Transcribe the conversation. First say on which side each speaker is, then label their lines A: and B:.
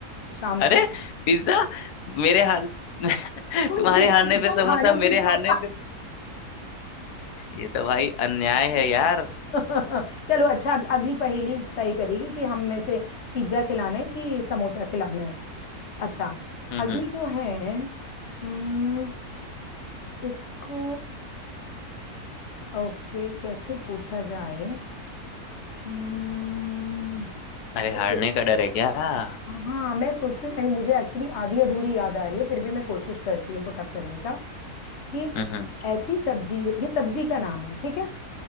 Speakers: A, on the left (about 50°); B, on the left (about 85°).
A: शाम
B: अरे
A: को
B: पिज्जा मेरे हार <laughs>
A: तुम
B: तुम्हारे
A: जीतोगे
B: हारने पे
A: तुम
B: समोसा
A: हारोगे
B: मेरे
A: तो
B: हारने पे ये तो भाई अन्याय है यार
A: <laughs> चलो अच्छा अब अगली पहेली तय करेगी कि हम में से पिज्जा खिलाना है कि समोसा खिलाना है अच्छा
B: हम्म
A: अगली
B: हम्म
A: जो है हम्म इसको ओके कैसे पूछा जाए हम्म
B: अरे हारने
A: okay,
B: का डर है क्या हम्म
A: हाँ मैं सोच रही हूँ मुझे एक्चुअली आधी अधूरी याद आ रही है फिर भी मैं कोशिश करती हूँ पुटअप करने का कि
B: हम्म
A: ऐसी सब्जी है ये सब्जी का नाम है ठीक है